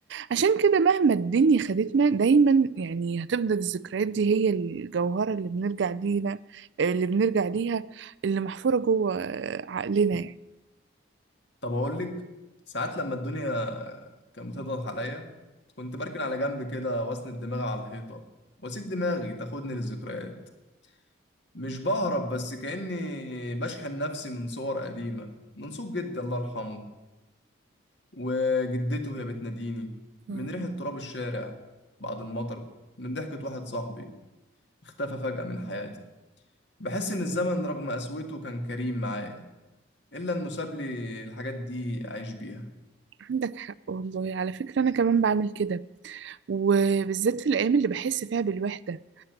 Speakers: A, on the right; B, on the left.
A: عشان كده مهما الدنيا خدتنا دايما يعني هتفضل الذكريات دي هي الجوهرة اللي بنرجع ليها اللي بنرجع ليها اللي محفورة جوه عقلنا يعني
B: طب اقول لك ساعات لما الدنيا كانت بتضغط عليا كنت بركن على جنب كده واسند دماغي على الحيطه واسيب دماغي تاخدني للذكريات مش بهرب بس كاني بشحن نفسي من صور قديمه من صوت جدي الله يرحمه وجدته وهي بتناديني من
A: الله.
B: ريحه تراب الشارع بعد المطر من ضحكه واحد صاحبي اختفى فجاه من حياتي بحس ان الزمن رغم قسوته كان كريم معايا الا انه ساب لي الحاجات دي اعيش بيها
A: عندك حق والله على فكرة أنا كمان بعمل كده وبالذات في الأيام اللي بحس فيها بالوحدة